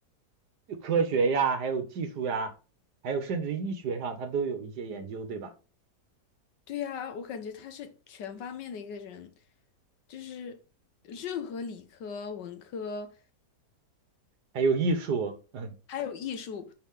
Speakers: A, on the right (about 70°); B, on the left (about 85°).
A: 科学呀，还有技术呀，还有甚至医学上，他都有一些研究，对吧？
B: 对呀，我感觉他是全方面的一个人，就是任何理科、文科，
A: 还有艺术，<laughs> 嗯。
B: 还有艺术，